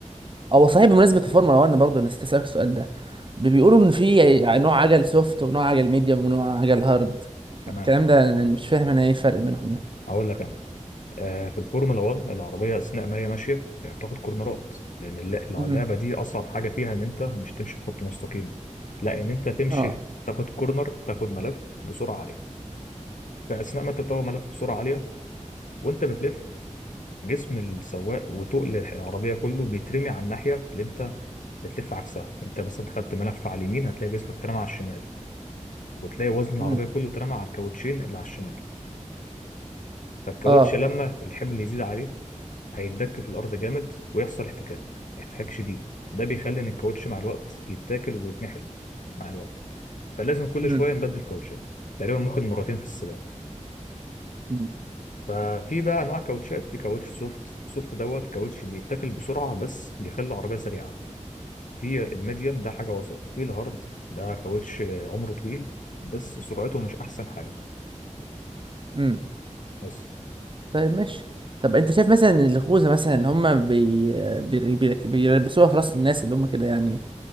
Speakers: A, on the right (about 40°); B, on the left (about 85°).
A: هو صحيح بمناسبه الفورمولا 1 برضه انا استسألك السؤال ده بيقولوا ان في يعني نوع عجل سوفت ونوع عجل ميديوم ونوع عجل هارد
B: تمام
A: الكلام ده انا مش فاهم انا ايه الفرق بينهم يعني
B: هقول لك أنا آه في الفورمولا 1 العربية أثناء ما هي ماشية يعني بتاخد كورنرات لأن الل- اللعبة
A: امم
B: دي أصعب حاجة فيها إن أنت مش تمشي في خط مستقيم لا إن أنت تمشي
A: اه
B: تاخد كورنر تاخد ملف بسرعة عالية فأثناء ما أنت بتاخد ملف بسرعة عالية وأنت بتلف جسم السواق وتقل العربية كله بيترمي على الناحية اللي انت بتلف عكسها انت مثلا خدت ملف على اليمين هتلاقي جسمك اترمى على الشمال وتلاقي وزن العربية
A: امم
B: كله اترمى على الكاوتشين اللي على الشمال فالكاوتش
A: اه
B: لما الحمل يزيد عليه هيتدك في الأرض جامد ويحصل احتكاك احتكاك شديد ده بيخلي ان الكاوتش مع الوقت يتاكل ويتنحل مع الوقت فلازم كل
A: امم
B: شوية نبدل كاوتشات تقريبا ممكن مرتين في السباق
A: امم
B: ففي بقى انواع كاوتشات في كاوتش سوفت سوفت دوت كاوتش بيتاكل بسرعه بس بيخلي العربيه سريعه في الميديم ده حاجة وسط في الهارد ده كاوتش عمره طويل بس سرعته مش أحسن حاجة
A: امم.
B: بس
A: طيب ماشي طب انت شايف مثلا إن الخوذه مثلا اللي هم بي... بي... بي... بيلبسوها في راس الناس اللي هم كده يعني